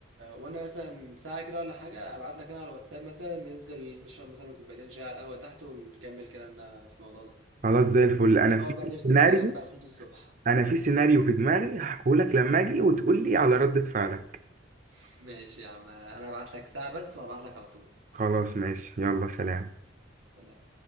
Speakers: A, on the right; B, on the right.
A: وانا مثلا ساعة كده ولا حاجة ابعت لك انا على الواتساب مثلا ننزل نشرب مثلا كوبايتين شاي على القهوة تحت ونكمل كلامنا في الموضوع ده
B: خلاص زي الفل انا
A: نقعد
B: في
A: بقى نرسم
B: سيناريو
A: سيناريوهات بقى لحد الصبح
B: انا في سيناريو في دماغي هحكيهولك لما اجي وتقول لي على ردة فعلك
A: <laughs> ماشي يا عم انا هبعت لك ساعة بس وهبعت لك على طول
B: خلاص ماشي يلا سلام
A: سلام.